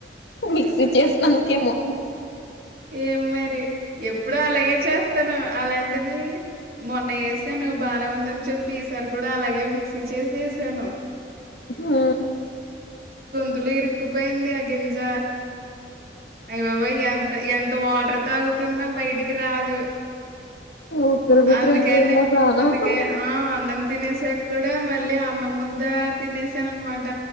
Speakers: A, on the left; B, on the right.
A: మిక్సీ చేసినందుకేమో
B: ఏం మరి ఎప్పుడు అలాగే చేతను అలాంటిది మొన్న ఎస్సెన్ నువ్ బానే ఉందని చెప్పి ఈసారి కూడా అలాగే మిక్సీ చేసేసాను
A: హ్మ
B: బాలే ఇకుపోయిందియే గింజ ఐ బాబోయ్ ఎంత వాటర్ తాగుతున్నా బయటికి రాదు
A: ఉక్కిరి బిక్కిరి
B: అందుకనే
A: అయిపోయిందా ప్రాణం
B: అందుకే ఆ అన్నం తినేసాక్కూడ మళ్ళీ అన్నం ముద్ద తినేసాననమాట.